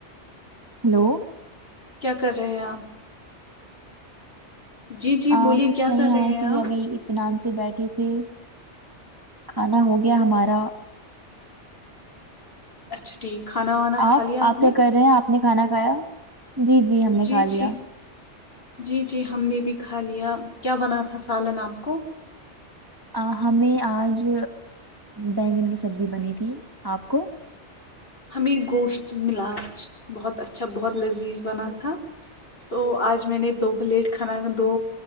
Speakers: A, on the right; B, on the left.
A: ہلو
B: کیا کر رہے ہیں آپ جی جی
A: آ
B: بولیے
A: کچھ
B: کیا
A: نہیں
B: کر
A: ہم
B: رہے
A: ایسی
B: ہیں آپ
A: ابھی نان سے بیٹھے تھے کھانا ہو گیا ہمارا
B: اچھا ٹھیک کھانا وانا کھا
A: آپ
B: لیا
A: آپ کیا
B: نے
A: کر رہے ہیں آپ نے کھانا کھایا جی ہم نے
B: جی
A: کھا
B: جی
A: لیا
B: جی جی ہم نے بھی کھا لیا کیا بنا تھا سالن آپ کو
A: ا ہمیں آج بگن کی سبزی بنی تھی آپ کو
B: ہمیں گوشت ملاچ بہت اچھا بہت لذیذ بنا تھا تو آج میں نے دو پلیٹ کھانا دو